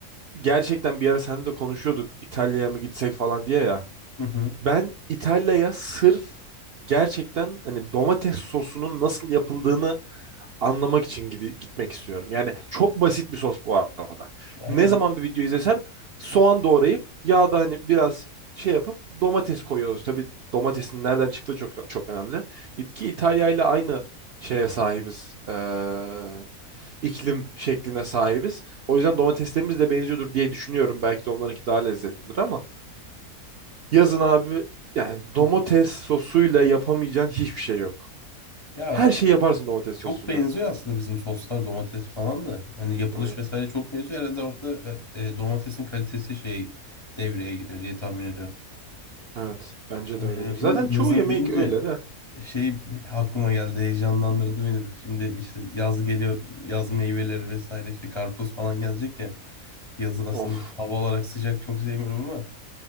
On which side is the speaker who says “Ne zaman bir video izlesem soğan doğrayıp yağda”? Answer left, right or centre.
Right